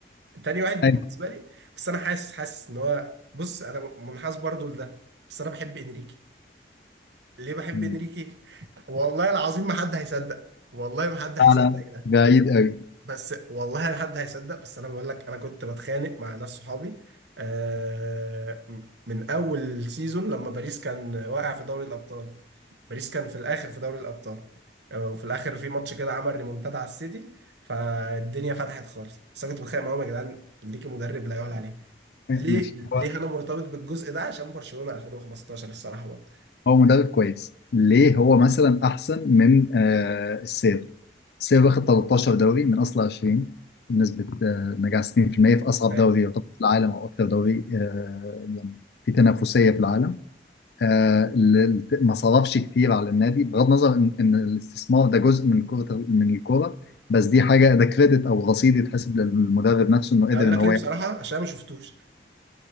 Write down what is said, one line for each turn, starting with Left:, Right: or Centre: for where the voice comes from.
Right: تاني واحد
Left: ايوه
Right: بالنسبه لي بس انا حاسس حاسس ان هو بص انا منحاز برضو لده بس انا بحب انريكي ليه بحب
Left: مم.
Right: انريكي والله العظيم ما حد هيصدق والله ما حد هيصدق
Left: اعلى
Right: يا جدعان.
Left: بعيد قوي
Right: بس والله لا حد هيصدق بس انا بقول لك انا كنت بتخانق مع ناس صحابي آه، من اول سيزون لما باريس كان واقع في دوري الابطال باريس كان في الاخر في دوري الابطال آه، وفي الاخر في ماتش كده عمل ريمونتادا على السيتي فالدنيا فتحت خالص بس انا كنت بتخانق معاهم يا جدعان ليكي مدرب لا يعلى عليه ليه
Left: ماشي
Right: ليه
Left: هو
Right: انا مرتبط بالجزء ده عشان برشلونة 2015 الصراحة برضه
Left: هو مدرب كويس ليه هو مثلا احسن من آه السير السير واخد 13 دوري من اصل 20 بنسبة آه نجاح 60% في المية في اصعب
Right: فاهم
Left: دوري يعتبر في العالم او اكتر دوري آه يعني في تنافسية في العالم آه ال- ما صرفش كتير على النادي بغض النظر ان إن الاستثمار ده جزء من كرة من الكورة بس دي حاجة ده كريدت او رصيد يتحسب للمدرب نفسه انه قدر
Right: هقول
Left: ان
Right: لك
Left: هو
Right: ليه بصراحة عشان أنا ما شفتوش